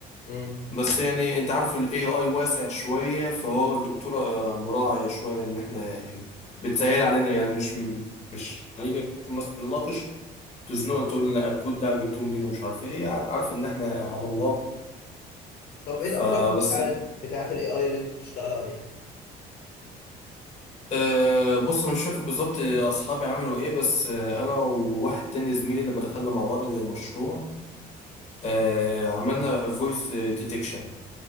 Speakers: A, on the left; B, on the left.
A: امم
B: بس يعني انت عارف الاي اي واسع شوية فهو الدكتورة آه، مراعية شوية ان احنا يعني بتسهل علينا يعني مش مش هنيجي مثلا نناقش تزنق تقول لنا الكود ده جبتوه منين ومش عارف ايه هي عارف ان احنا على الله
A: طب
B: فبس
A: ايه الافكار بتاع بتاعه الاي اي اللي انتوا بتشتغلوا عليها
B: أه بص انا مش فاكر بالظبط اصحابي عملوا ايه بس آه، انا وواحد تاني زميلي لما دخلنا مع بعض المشروع أه عملنا فويس ديتكشن